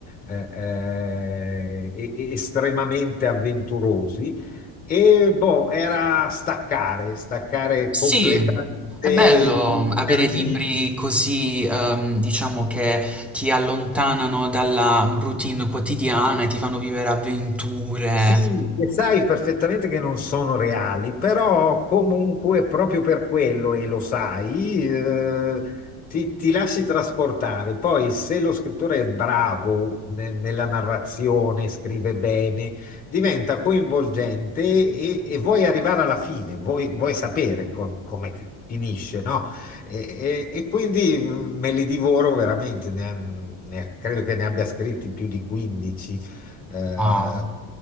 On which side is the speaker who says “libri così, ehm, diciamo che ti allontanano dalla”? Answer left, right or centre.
Centre